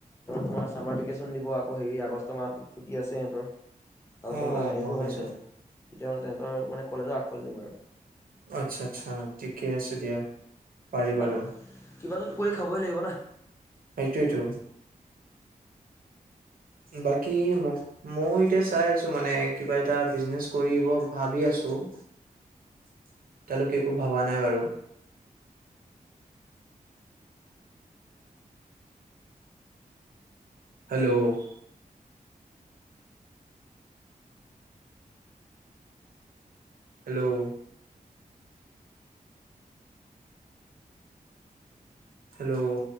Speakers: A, on the left (about 20°); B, on the right (about 80°).
A: তোমাৰ চামাৰ ভেকেশচন দিব আকৌ হেৰি আগ তোমাৰ চুটি আছে সিহতৰ। আৰু
B: অ',
A: তোমাৰ অঁ, হেৰীবোৰ
B: গম পাইছো
A: হয় যে। তেতিয়া মানে তেহঁতৰ মানে কলেজৰ আ গফালে দিম আৰু।
B: আচ্ছা আচ্ছা ঠিকে আছে দিয়া। পাৰি
A: কিবা
B: বাৰু।
A: এটা কিবা এটাটো কৰি খাবই লাগিব না।
B: সেইটোৱেটো। বাকী মই এতিয়া চাই আছো মানে কিবা এটা বিজনেছ কৰিব ভাবি আছো এতিয়ালৈকে একো ভবা নাই বাৰু। Hello hello hello